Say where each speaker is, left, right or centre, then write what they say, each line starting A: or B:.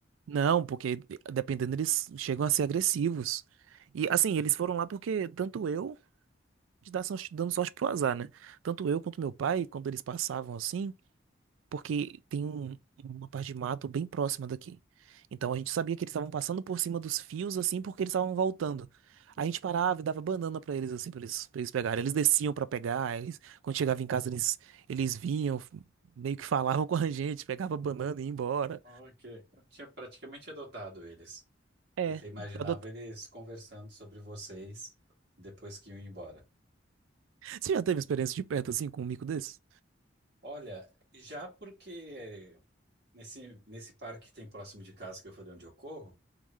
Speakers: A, on the right; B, on the right.
A: Não, porque dependendo, eles chegam a ser agressivos. E assim, eles foram lá porque tanto eu, de dar sorte- dando sorte pro azar, né? Tanto eu quanto meu pai, quando eles passavam assim. porque tem um- uma parte de mato bem próxima daqui. Então a gente sabia que eles estavam passando por cima dos fios assim porque eles estavam voltando. A gente parava e dava banana pra eles assim, pra eles, pra eles pegarem. Eles desciam pra pegar, eles, quando chegava em casa eles eles vinham, meio que falavam com a gente, pegava banana e ia embora.
B: Ah, ok. Eu tinha praticamente adotado eles.
A: É,
B: E você imaginava
A: adota-
B: eles conversando sobre vocês depois que iam embora.
A: Você já teve experiência de perto assim com um mico desse?
B: Olha, já porque nesse, nesse parque que tem próximo de casa, que eu falei onde eu corro,